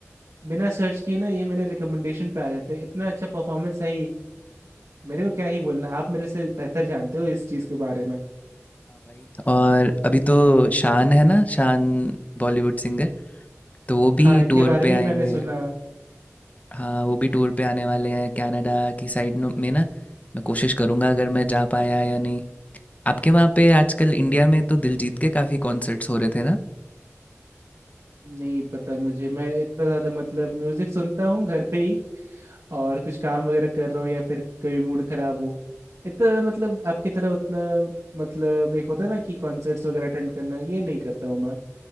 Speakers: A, on the right; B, on the left.
A: बिना सर्च किए ना ये मेरे रिकमेंडेशन पे आ जाते हैं इतना अच्छा परफॉर्मेंस है ही मेरे को क्या ही बोलना आप मेरे से बेहतर जानते हो इस चीज़ के बारे में
B: हाँ भाई और अभी तो शान है ना शान बॉलीवुड सिंगर तो वो भी
A: हाँ इनके
B: टूर
A: बारे
B: पे
A: में
B: आएंगे
A: भी मैंने सुना
B: हाँ वो भी टूर पे आने वाले हैं कनाडा की साइड नो- में ना मैं कोशिश करूँगा अगर मैं जा पाया या नहीं आपके वहाँ पे आजकल इंडिया में तो दिलजीत के काफ़ी कॉन्सर्ट्स हो रहे थे ना
A: नहीं पता मुझे मैं इतना ज़्यादा मतलब म्यूज़िक सुनता हूँ घर पे ही और कुछ काम वगैरह कर रहा हूँ या फिर कभी मूड खराब हो इतना मतलब आपकी तरह उतना मतलब एक होता है ना कि कॉन्सर्ट्स वगैरह अटेंड करना ये नहीं करता हूँ मैं